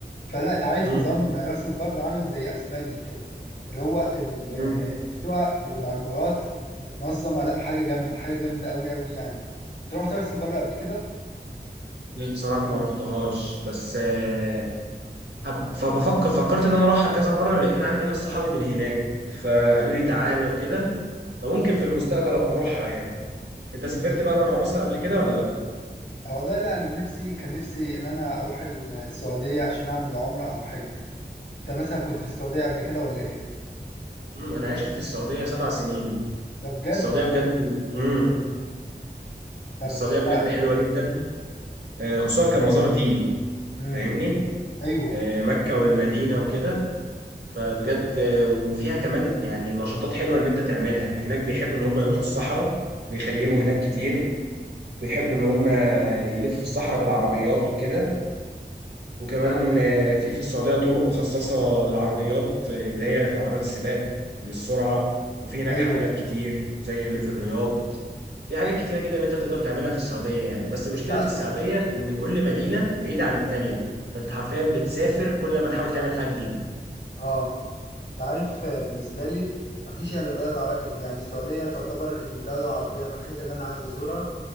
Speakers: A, on the left; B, on the right.
A: فلا انت عارف
B: مم.
A: نظام راس البر عامل زي اسبانيا كده اللي هو ال-
B: مم.
A: الشقق والعمارات وبتنظمها لا حاجه جامده حاجه جامده قوي قوي يعني انت رحت راس البر قبل كده
B: لا بصراحة ما رحتهاش بس آه، حب- فبفكر فكرت ان انا اروحها كذا مره لان عندي ناس صحابي من هناك فقالوا لي تعالى وكده فممكن في المستقبل ابقى اروحها يعني انت سافرت
A: انت
B: بقى بره مصر قبل كده ولا لا
A: والله لا انا نفسي كان نفسي ان انا اروح السعوديه عشان اعمل عمره او حج انت مثلا كنت في السعوديه قبل كده ولا ايه
B: امم انا عشت في السعوديه سبع سنين
A: ده بجد
B: السعوديه بجد امم
A: طب
B: السعوديه بجد
A: تع...
B: حلوه جدا آه، خصوصا كمزار ديني
A: امم
B: فاهمني
A: ايوه
B: آه، مكه والمدينه وكده فبجد آه، وفيها كمان يعني نشاطات حلوه ان انت تعملها هناك بيحبوا ان هم يروحوا الصحراء ويخيموا هناك كتير بيحبوا ان هم يلفوا الصحراء بالعربيات وكده وكمان آه، في في السعودية طرق مخصصة للعربيات آه، اللي هي عربيات السباق للسرعة وفي هناك
A: ايوه
B: حفلات كتير زي اللي في الرياض في حاجات كتيرة جدا انت تقدر تعملها في السعودية يعني بس مشكلة
A: تع...
B: السعودية ان كل مدينة بعيدة عن التانية فانت حرفيا بتسافر كل ما تحاول تعمل حاجة جديدة
A: اه تعرف آه، بالنسبة لي مفيش إلا بلد عر... ال- يعني السعودية تعتبر الدولة العربية الوحيدة اللي أنا عايز أزورها